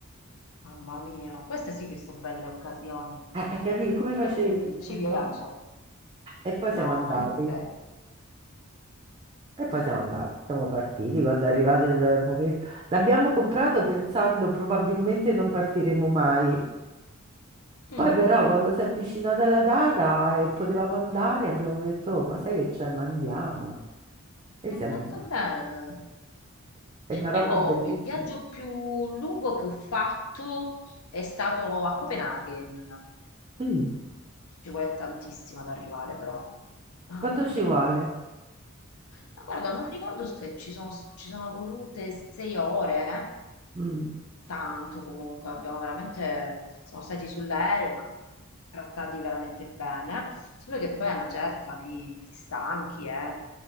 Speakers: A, on the left; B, on the right.
A: mamma mia, queste sì che sono belle occasioni.
B: Eh, hai capito? Come facevi
A: Queste sì,
B: a dire
A: ci
B: di
A: piace.
B: no? E poi siamo
A: No,
B: andati,
A: e non potevi.
B: e poi siamo andati, siamo
A: Ah.
B: partiti quando è arrivato il momento. L'abbiamo comprato pensando probabilmente non partiremo mai.
A: Mm,
B: Poi però quando si è avvicinata la data e potevamo andare, abbiamo detto, "Oh, ma sai che c'è, ma andiamo. E
A: hai
B: siamo
A: fatto
B: andati.
A: bene.
B: E il Marocco
A: Io
B: è bellissimo.
A: il viaggio più lungo che ho fatto è stato a Copenaghen.
B: Mm.
A: Ci vuole tantissimo ad arrivare, però. Mamma
B: Quanto
A: mia.
B: ci vuole?
A: Ma guarda, non ricordo se ci sono, ci sono volute sei ore, eh.
B: Mm.
A: Tanto comunque, abbiamo veramente, siamo stati sull'aereo, ma trattati veramente bene, solo che poi a una certa mi, ti stanchi, eh.